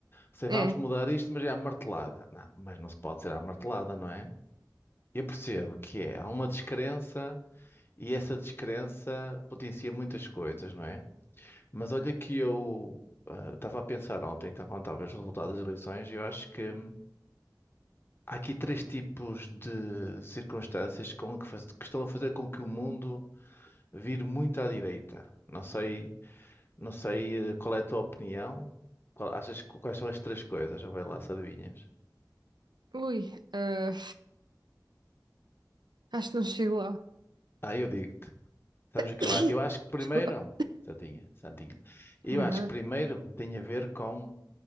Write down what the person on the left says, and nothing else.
Sei, vamos
mudar isto, mas é à martelada. Não, mas não se pode ser à martelada, não é? Eu percebo que é, há uma descrença e essa descrença potencia muitas coisas, não é? Mas olha que eu ah, estava a pensar ontem, então, quando estava os resultados das eleições, e eu acho que hum, há aqui três tipos de circunstâncias com que, faz- que estão a fazer com que o mundo vire muito à direita. Não sei Não sei eh, qual é a tua opinião. Qual- achas, que- quais são as três coisas? Já vai lá se adivinhas.
Ah, eu digo-te. Sabes
o que eu acho? Eu acho que primeiro.
Santinha, Santinha. Eu
acho que primeiro tem a ver com